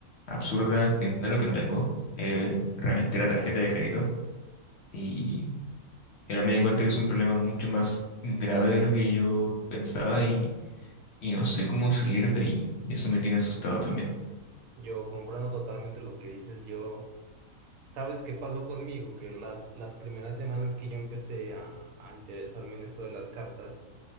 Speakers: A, on the left; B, on the right.
A: absurda, dinero que no tengo. Eh, reventé la tarjeta de crédito y, y ahora me di cuenta que es un problema mucho más grave de lo que yo pensaba y, y no sé cómo salir de ahí y eso me tiene asustado también.
B: Yo comprendo totalmente lo que dices. Yo, ¿sabes qué pasó conmigo? Que las, las primeras semanas que yo empecé a a interesarme en esto de las cartas,